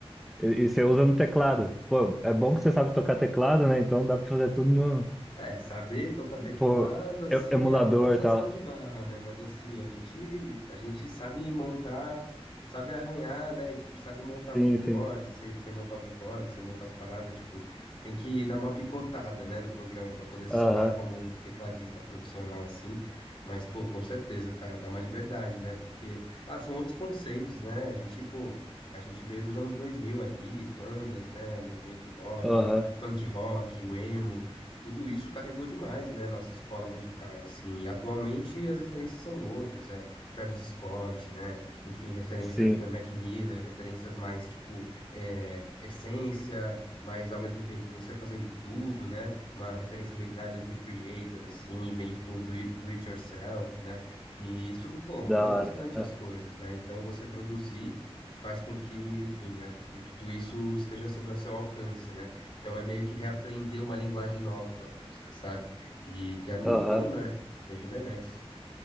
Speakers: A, in the centre; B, on the left.
A: e e você usa no teclado. Pô, é bom que você sabe tocar teclado, né? Então dá pra fazer tudo no,
B: É, saber tocar teclado,
A: pô,
B: assim,
A: e- emulador
B: é uma forçação
A: e tal.
B: de barra, né? Mas assim, a gente, a gente sabe montar, sabe arranhar, né? E, tipo, sabe montar os
A: Sim,
B: acordes,
A: sim.
B: sem, sem montar os acordes, sem montar as paradas, tipo, tem que dar uma picotada, né, no programa pra poder soar
A: Aham,
B: como um tecladista profissional, assim. Mas, pô, com certeza, cara, dá uma liberdade, né? Porque, ah, são outros conceitos, né? A gente, pô, a gente veio dos anos 2000 ali, bandas, né? Movimento rock,
A: aham.
B: punk rock, o emo tudo isso carregou demais, né, nossa escola musical, assim, e atualmente as referências são outras, é Travis Scott, né, enfim, referências,
A: Sim,
B: né, Mac Miller, referências mais, tipo, é, essência, mas ao mesmo tempo você fazendo tudo, né, uma referência meio Tyler, The Creator, assim, bem, tipo, do, it- do it yourself, né, e isso, pô, muda
A: da hora.
B: bastante as coisas, né, então você produzir faz com que, enfim, né, tipo, tudo isso esteja sob o seu alcance, né, então é meio que reaprender uma linguagem nova da música, sabe? E que é muito
A: Aham,
B: bom, né? Rejuvenesce.